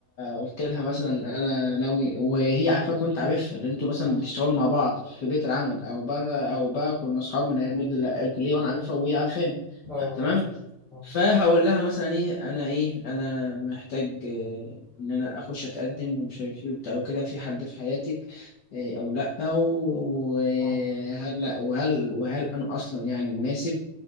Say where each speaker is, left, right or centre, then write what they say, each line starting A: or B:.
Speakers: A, on the left; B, on the left.
A: قلت لها مثلا أنا ناوي وهي عارفاك وأنت عارفها اللي أنتوا مثلا
B: اه
A: بتشتغلوا مع بعض في بيت
B: اه
A: العمل
B: آه،
A: أو بقى أو بقى كنا أصحاب من أيام ال- الكلية وأنا عارفها وهي عارفاني
B: آه،
A: تمام
B: آه، بالظبط اه
A: فهقول لها مثلا ايه انا ايه انا محتاج آه، ان انا اخش اتقدم ومش عارف ايه وبتاع وكده في حد في حياتك آه، او لا وهل
B: اه
A: لا وهل وهل انا اصلا يعني مناسب